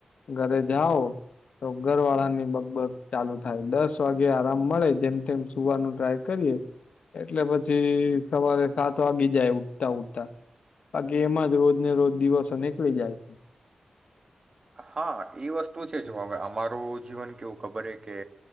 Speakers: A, on the left; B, on the right.
A: ઘરે જાઓ તો ઘરવાળાની બક-બક ચાલુ થાય દસ વાગે આરામ મળે જેમ તેમ સુવાનું ટ્રાય કરીએે એટલે પછી સવારે સાત વાગી જાય ઉઠતા ઉઠતા બાકી એમાંજ રોજને રોજ દિવસો નીકળી જાય છે.
B: હા એ વસ્તુ છે જો હવે અમારું જીવન કેવું ખબર કે